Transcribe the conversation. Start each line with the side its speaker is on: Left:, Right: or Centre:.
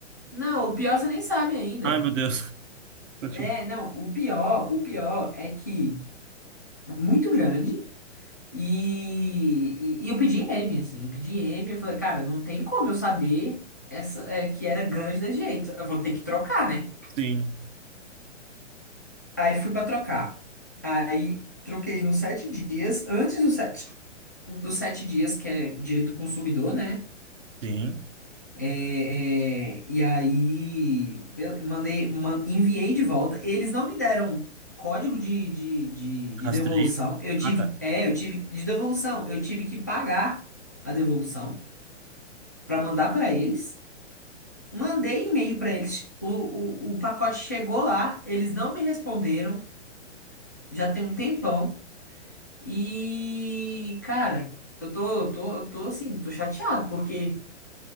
Left: não, o pior você nem sabe ainda.
Right: Ai, meu Deus. <laughs> Continua.
Left: É, não, o pior, o pior é que muito grande. E, e, e eu pedi M, assim, pedi M, eu falei, cara, não tem como eu saber essa, é, que era grande desse jeito. Eu vou ter que trocar, né?
Right: Sim,
Left: Aí fui pra trocar. Aí troquei nos sete dias. Antes do sete. dos sete dias, que é direito do consumidor, né?
Right: sim.
Left: É, é, e aí be- mandei, man- enviei de volta. Eles não me deram código de, de, de, de
Right: Rastreio.
Left: devolução. Eu tive,
Right: Ah, tá.
Left: é, eu tive de devolução. Eu tive que pagar a devolução para mandar para eles. Mandei e-mail para eles. O, o, o pacote chegou lá. Eles não me responderam. Já tem um tempão. E, cara, eu tô, eu tô, eu tô assim, tô chateado porque